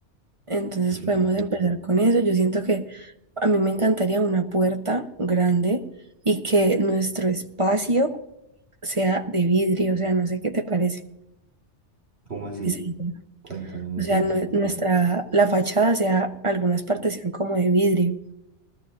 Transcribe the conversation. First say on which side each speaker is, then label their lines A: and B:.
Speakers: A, on the right; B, on the right.
A: Entonces
B: Mm,
A: podemos empezar con eso. Yo siento que a mí me encantaría una puerta grande y que nuestro espacio sea de vidrio, o sea, no sé qué te parece
B: ¿Cómo así?
A: esa idea.
B: Cuéntame, no
A: O sea,
B: te entendí.
A: nue- nuestra, la fachada sea, algunas partes sean como de vidrio.